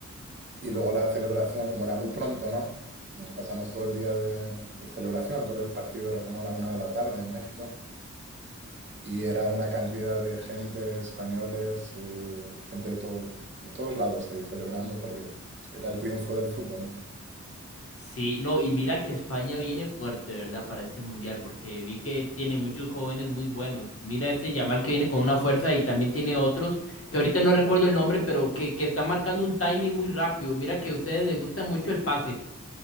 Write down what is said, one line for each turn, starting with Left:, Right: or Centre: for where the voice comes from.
Right: Y luego la celebración, como era muy pronto, ¿no? Nos pasamos todo el día de, de celebración, creo que el partido era como a la una de la tarde en México. Y era una cantidad de gente, españoles, eh, gente de, todo, de todos lados ahí celebrando porque era el triunfo del fútbol, ¿no?
Left: Sí, no, y mira que España viene fuerte, ¿verdad? Para este mundial, porque vi que tiene muchos jóvenes muy buenos. Mira ese Yamal que viene con una fuerza y también tiene otros, que ahorita no recuerdo el nombre, pero que, que está marcando un timing muy rápido. Mira que a ustedes les gusta mucho el pase.